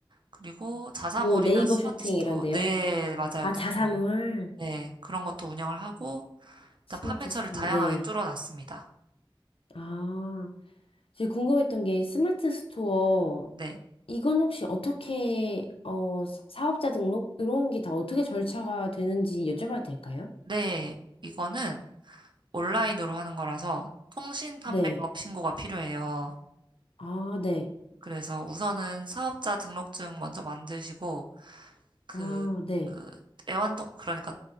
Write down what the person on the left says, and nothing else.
뭐 네이버
쇼핑
이런데요?
아,
자사몰,
스마트
스토어,
네.
아. 제가 궁금했던 게 스마트 스토어,
이건 혹시 어떻게, 어, 사- 사업자 등록? 이런 게 다 어떻게 절차가 되는지 여쭤봐도 될까요?
네.
아, 네.
아, 네.